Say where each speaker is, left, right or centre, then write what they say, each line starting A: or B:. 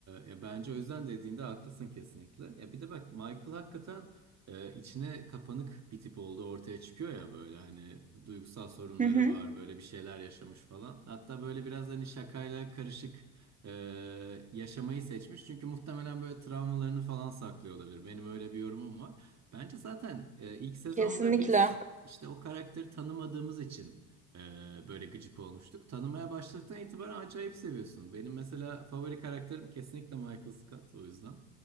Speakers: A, on the right; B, on the right.
A: ya bence o yüzden dediğinde haklısın kesinlikle. Ya bir de bak Michael hakikaten e, içine kapanık bir tip olduğu ortaya çıkıyor ya böyle hani duygusal sorunları
B: Hı hı.
A: var böyle bir şeyler yaşamış falan. Hatta böyle biraz hani şakayla karışık e, yaşamayı seçmiş. Çünkü muhtemelen böyle travmalarını falan saklıyor olabilir. Benim öyle bir yorumum var. Bence zaten e, ilk sezonda
B: Kesinlikle.
A: biz işte o karakteri tanımadığımız için ee, böyle gıcık olmuştuk. Tanımaya başladıktan itibaren acayip seviyorsun. Benim mesela favori karakterim kesinlikle Michael Scott o yüzden.